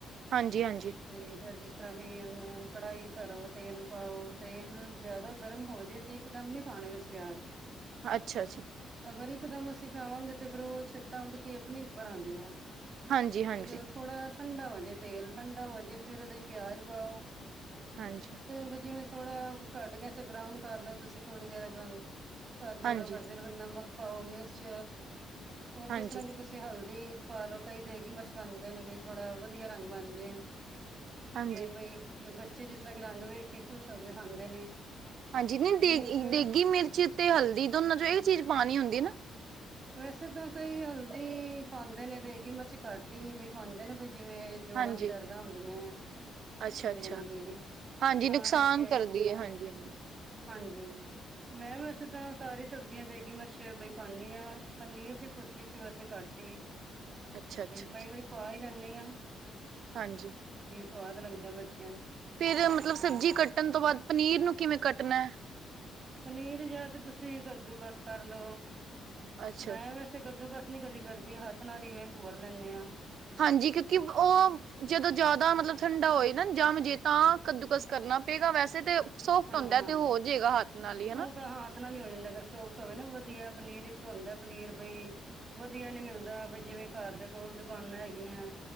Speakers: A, on the right (about 65°); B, on the right (about 40°).
A: ਹਾਂਜੀ ਹਾਂਜੀ
B: ਤੇ <unintelligible> ਵੀ ੳਨੂ ਕੜਾਈ ਤਰੋ ਤੇਲ ਪਾਓ ਤੇਲ ਜਿਆਦਾ ਗਰਮ ਹੋ ਜੇ ਤੇ ਇਕ ਦਮ ਨੀ ਪਾਣੇ ਵਿੱਚ ਪਿਆਜ
A: ਅੱਛਾ ਜੀ।
B: ਅਗਰ ਇਕਦਮ ਅਸੀਂ ਪਾਵਾਂਗੇ ਤੇ ਫੇਰ ਉਹ ਛਿੱਟਾਂ ਉੱਡ ਕੇ ਅਪਨੇ ਉੱਪਰ ਆਂਦੀਏ
A: ਹਾਂਜੀ-ਹਾਂਜੀ,
B: ਵੀ ਜਦੋਂ ਥੋੜ੍ਹਾ ਠੰਡਾ ਹੋਜੇ ਤੇਲ, ਠੰਡਾ ਹੋਜੇ ਫੇਰ ਉਹਦੇ ਚ ਪਿਆਜ ਪਾਓ
A: ਹਾਂਜੀ
B: ਵੀ ਜਿਵੇਂ ਥੋੜਾ ਘੱਟ ਗਿਆ ਸੀ ਬਰਾਉਨ ਕਰਲੋ ਤੁਸੀਂ ਥੋੜੀ ਦੇਰ ਕਰਦੇ
A: ਹਾਂਜੀ,
B: ਰਹੋ ਕਰਦੇ
A: ਹਾਂਜੀ,
B: ਰਹੋ ਨਮਕ ਪਾਓ ਮਿਰਚ ਹੋਰ
A: ਹਾਂਜੀ।
B: ਜਿਸ ਤਰ੍ਹਾਂ ਕਿ ਤੁਸੀਂ ਹਲਦੀ ਪਾ ਲੋ, ਕਈ ਦੇਗੀ ਮਰਚ ਪਾੰਦੇ ਨੇ ਬਈ ਥੋੜਾ ਵਧੀਆ ਰੰਗ ਬਣ ਜੇ,
A: ਹਾਂਜੀ
B: ਬਈ ਬਈ ਵੀ ਬੱਚੇ ਜਿਸ ਤਰ੍ਹਾਂ ਕੇ ਰੰਗ ਵੇਖ ਕੇ ਖੁਸ਼ ਹੋ ਕੇ ਖਾਂਦੇ ਨੇ
A: ਹਾਂਜੀ ਨੀ
B: ਤੇ
A: ਦੇਗੀ
B: ਫਿਰ
A: ਦੇਗੀ ਮਿਰਚ ਤੇ ਹਲਦੀ ਦੋਨਾਂ ਚੋਂ ਇੱਕ ਚੀਜ਼ ਪਾਣੀ ਹੁੰਦੀ ਏ ਨਾ
B: ਵੈਸੇ ਤਾਂ ਕਈ ਹਲਦੀ ਪਾਂਦੇ ਨੇ, ਦੇਗੀ ਮਿਰਚ ਘੱਟ ਹੀ ਵੀ ਪਾਂਦੇ ਨੇ ਜਿਵੇਂ ਜੋੜਾਂ
A: ਹਾਂਜੀ
B: ਦੀ ਦਰਦਾਂ ਹੁੰਦੀਏ
A: ਅੱਛਾ
B: ਹਾਂਦੇ
A: ਅੱਛਾ
B: ਨਬੀ
A: ਹਾਂਜੀ
B: ਤਾਂ
A: ਨੁਕਸਾਨ
B: ਕਰਕੇ,
A: ਕਰਦੀ ਹੈ ਹਾਂਜੀ ਹਾਂਜੀ
B: ਹਾਂਜੀ ਮੈਂ ਵੈਸੇ ਤਾਂ ਸਾਰੀ ਸਬਜ਼ੀਆਂ ਦੇਗੀ ਮਰਚ ਬਈ ਪਾਨੀ ਆ, ਪਨੀਰ ਦੀ ਪੁਰਜੀ ਚ ਵੈਸੇ ਘੱਟ ਤੇ
A: ਅੱਛਾ ਅੱਛਾ
B: ਕਈ ਵਾਰੀ ਪਾ ਹੀ ਲੈਂਨੇ ਆ
A: ਹਾਂਜੀ
B: ਸਵਾਦ ਲਗਦੇ ਬੱਚ
A: ਫਿਰ ਮਤਲਬ ਸਬਜ਼ੀ ਕੱਟਣ ਤੋਂ ਬਾਅਦ ਪਨੀਰ ਨੂੰ ਕਿਵੇਂ ਕੱਟਨਾ ਏ
B: ਪਨੀਰ ਯਾ ਤੇ ਤੁਸੀਂ ਕੱਦੂਕਸ ਕਰ ਲੋ,
A: ਅੱਛਾ
B: ਮੈਂ ਵੈਸੇ ਕੱਦੂ ਕਸ ਮੈਂ <unintelligible> ਨੀ ਕਦੀ ਕਰਦੀ ਹੱਥ ਨਾਲ ਈਵੇਂ ਭੋਰ ਲੈਂਨੇ ਆ
A: ਹਾਂਜੀ, ਕਿਉਂਕਿ ਉਹ ਜਦੋਂ ਜਿਆਦਾ ਮਤਲਬ ਠੰਡਾ ਹੋਏ ਨਾ ਜਮ ਜੇ ਤਾਂ ਕੱਦੂਕਸ ਕਰਨਾ ਪਏਗਾ ਵੈਸੇ ਤੇ ਸੋਫਟ
B: ਹਾਂ
A: ਹੁੰਦਾ
B: ਹਾਂ
A: ਏ ਤੇ ਉਹ ਹੋ ਜੇਗਾ ਹੱਥ ਨਾਲ ਈ, ਹੇਨਾ
B: ਉਹ <unintelligible> ਨੀ ਹੋ ਜਾਂਦਾ ਅਗਰ ਸੋਫਟ ਹੋਵੇ ਨਾ ਵਧੀਆ ਪਨੀਰ ਇਕ ਹੋੰਦਾ ਏ ਪਨੀਰ ਬਈ ਵਧੀਆ ਨੀ ਮਿਲਦਾ। ਬਈ ਜਿਵੇਂ ਘਰ ਦੇ ਕੋਲ ਦੁਕਾਨਾਂ ਹੈਗੀਆਂ।